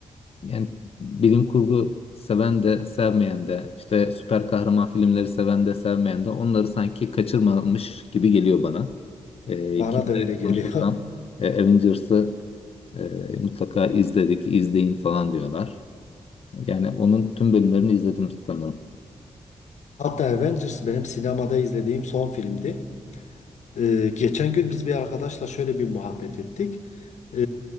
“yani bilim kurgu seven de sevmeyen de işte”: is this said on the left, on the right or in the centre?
Left